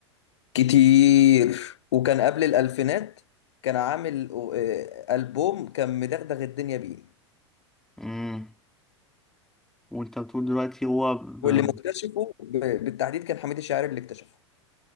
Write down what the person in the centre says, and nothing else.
مم. وانت بتقول دلوقتي هو ب...